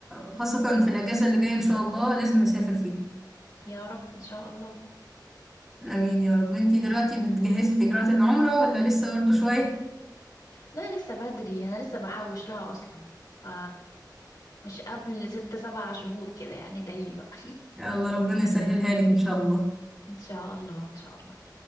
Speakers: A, in the centre; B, on the left.
A: خاصة في الأجازة اللي جاية إن شاء الله لازم نسافر فيها
B: يا رب ان شاء الله
A: آمين يا رب انتي دلوقتي بتجهزي في إجراءات العمرة ولا لسه برضه شوية؟
B: لا لسه بدري انا لسه بحوش لها اصلا ف مش قبل ست سبع شهور كده يعني ادعيلي بقى <laughs>
A: يا الله ربنا يسهلها لك ان شاء الله
B: ان شاء الله ان شاء الله